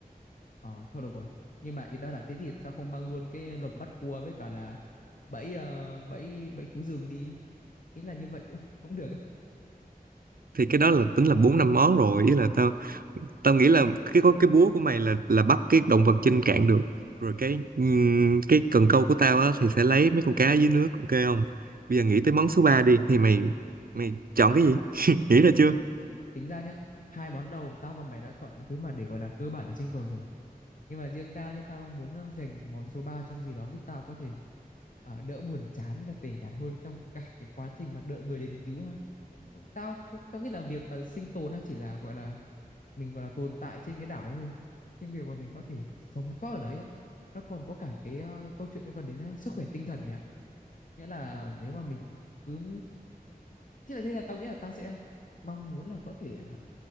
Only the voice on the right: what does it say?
Thì cái đó là tính là bốn năm món rồi ý là tao tao nghĩ là cái có cái búa của mày là là bắt cái động vật trên cạn được rồi cái ừm, cái cần câu của tao á thì sẽ lấy mấy con cá dưới nước ok không bây giờ nghĩ tới món số 3 đi thì mày mày chọn cái gì <laughs> nghĩ ra chưa